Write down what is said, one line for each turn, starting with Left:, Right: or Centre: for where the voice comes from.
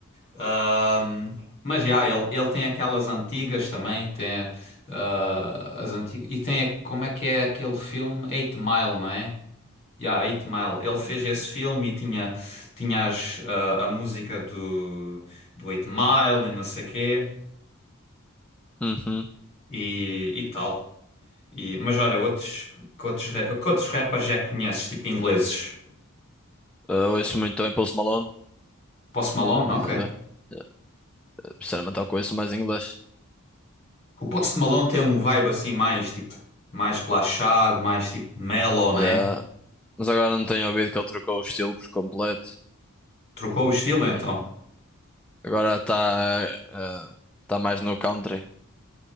Left: Ahm, mas já, ele, ele tem aquelas antigas também, tem ah, as antigas. E tem, a- como é que é aquele filme? Eight Mile, não é? Já, Eight Mile. Ele
Centre: Hum,
Left: fez esse filme e tinha, tinha as, ah, a música do, do Eight Mile e não sei quê
Centre: Uhum.
Left: e, e tal. E, mas olha, outros, que outros, ra- que outros rappers já conheces, tipo ingleses?
Centre: Eu ouço muito também Post Malone.
Left: Post Malone,
Centre: Estás
Left: ok.
Centre: a ver? Eh, Sinceramente, eu conheço mais inglês.
Left: O Post Malone tem um vibe assim mais, tipo, mais relaxado, mais tipo mellow,
Centre: Yeah.
Left: né?
Centre: Mas agora não tenho ouvido que ele trocou o estilo por completo.
Left: Trocou o estilo então.
Centre: E agora está eh, está mais no country.